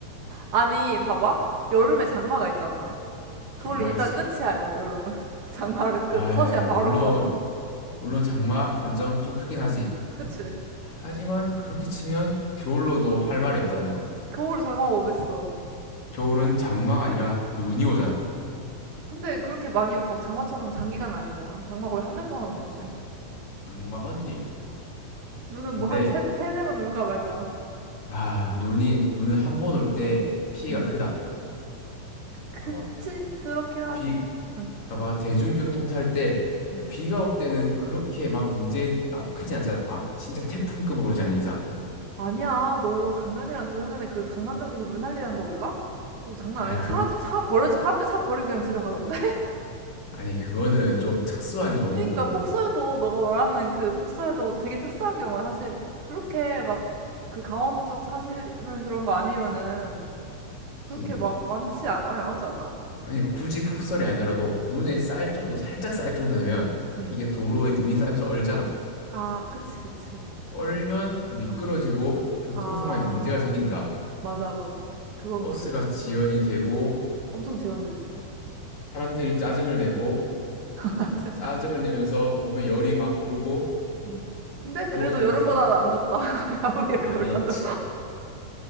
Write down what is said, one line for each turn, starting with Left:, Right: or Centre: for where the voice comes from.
Right: 아니, 봐봐. 여름에 장마가 있잖아. 그걸로
Left: 장마
Right: 일단
Left: 있지.
Right: 끝이야, 영- 여름은. <laughs> 장마를 끝.
Left: 아,
Right: 컷이야, 바로
Left: 물론,
Right: 컷.
Left: 물론 장마 단점 좀 크긴 하지.
Right: 그치.
Left: 하지만 그렇게 치면 겨울로도 할 말이 없다는 거.
Right: 겨울에 장마가 어딨어.
Left: 겨울은 장마가 아니라 눈이 오잖아.
Right: 근데 그렇게 많이 막 장마처럼 장기간 아니잖아. 장마 거의 한 달 동안 오는데.
Left: 시- 장마 언니.
Right: 눈은
Left: 근데
Right: 뭐 한 세네, 세네 번 울까 말까.
Left: 아 눈이 눈은 한 번 올 때 피해가
Right: 응.
Left: 크다.
Right: 그치.
Left: 봐봐.
Right: 그렇긴 하지.
Left: 비
Right: 응.
Left: 봐봐 대중교통 탈 때
Right: 응.
Left: 비가 올 때는 그렇게 막 문제가 크진 않잖아. 막 진짜 태풍급으로 오지 않는 이상.
Right: 아니야. 너 작년이랑 재작년에 그 강남역에서 물 난리 난 거 몰라? 그거 장난
Left: 아
Right: 아니.
Left: 그
Right: 차도 차 버려 사람들 차 버리고 그냥 집에 가던데. <laughs>
Left: 아니 그거는 좀 특수한 경우고.
Right: 그러니까 폭설도 너가 말하는 그 폭설도 되게 특수한 경우야. 사실 그렇게 막 그 강원도 쪽 사시는 그런 거 아니면은 그렇게
Left: 그치.
Right: 막 많지 않, 많이 안 오지 않아?
Left: 아니 굳이 폭설이 아니더라도 눈에
Right: 응.
Left: 쌀 정도 살짝 쌀 정도 되면
Right: 응.
Left: 이게 도로에 눈이 쌓이면서 얼잖아.
Right: 아, 그치, 그치.
Left: 얼면 미끄러지고
Right: 어.
Left: 교통
Right: 아,
Left: 상황에 문제가 생긴다.
Right: 맞아, 맞아. 그건
Left: 버스가
Right: 그래.
Left: 지연이 되고
Right: 엄청 재현되지.
Left: 사람들이 짜증을 내고
Right: 맞아.
Left: 짜증을 내면서 몸에 열이 막 오르고
Right: <laughs> 음. 근데
Left: 더워지면서
Right: 그래도 여름보다 안 덥다. <laughs> 아무리 열이
Left: 아니
Right: 올라도.
Left: <tsk>